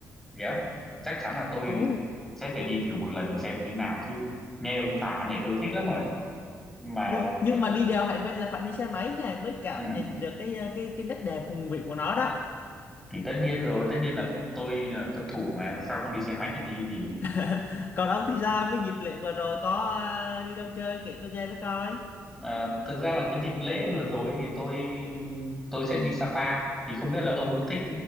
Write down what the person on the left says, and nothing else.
ồ
nhưng nhưng
mà đi đèo Hải Vân là phải đi xe máy nha mới cảm
nhận được cái à, cái cái nét đẹp hùng vĩ của nó đó
<laughs> còn ông thì sao cái dịp lễ vừa rồi có à, đi đâu chơi kể tôi nghe với coi